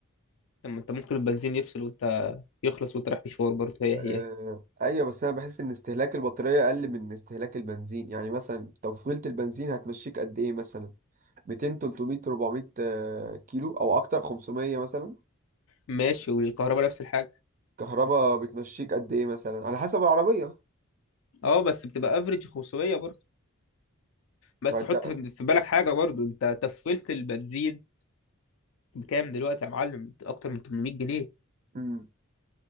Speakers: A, on the left (about 65°); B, on the right (about 35°).
A: لما انت ممكن البنزين يفصل وانت يخلص وانت رايح مشوار برضه هي
B: آه.
A: هي
B: ايوه بس انا بحس ان استهلاك البطارية اقل من استهلاك البنزين يعني مثلا تفويلة البنزين هتمشيك قد ايه مثلا 200 300 400 آه، كيلو او اكتر 500 مثلا
A: ماشي والكهرباء نفس الحاجة
B: كهرباء بتمشيك قد ايه مثلا على حسب العربية
A: اه بس بتبقى افريج 500 برضه بس
B: فانت
A: حط في في بالك حاجة برضه انت تفولت البنزين بكام دلوقتي يا معلم اكتر من 800 جنيه
B: امم